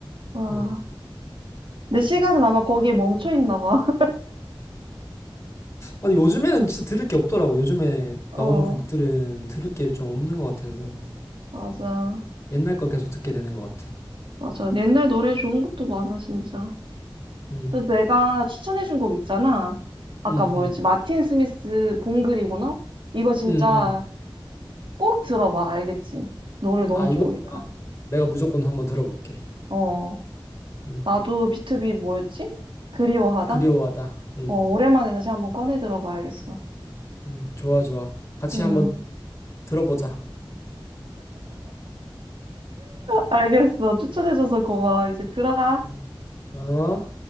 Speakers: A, on the right; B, on the left.
A: 와.
B: 어,
A: 내 시간은
B: 맞아.
A: 아마 거기에 멈춰 있나 봐.
B: 아니, 요즘에는 진짜 들을 게 없더라고. 요즘에
A: <laughs> 어,
B: 나오는 곡들은 들을 게 좀 없는 것 같아서.
A: 맞아.
B: 옛날 걸 계속 듣게 되는 것 같아.
A: 맞아. 옛날 노래 좋은 것도 많아, 진짜.
B: 음,
A: 그래서 내가 추천해준 곡 있잖아. 아까
B: 음,
A: 뭐였지?
B: 음,
A: 마틴 스미스 봄 그리구나? 이거 진짜
B: 음, 음.
A: 꼭 들어봐, 알겠지? 노래 너무
B: 아, 이거
A: 좋으니까.
B: 내가 무조건 한번 들어볼게.
A: 어.
B: 음,
A: 나도 b 투 b 뭐였지? 그리워하다?
B: 그리워하다. 음,
A: 어, 오랜만에 다시 한번 꺼내 들어봐야겠어.
B: 음, 좋아, 좋아. 같이
A: 음.
B: 한번 들어보자.
A: 알겠어. 추천해줘서 고마워. 이제 들어가.
B: 음. 어?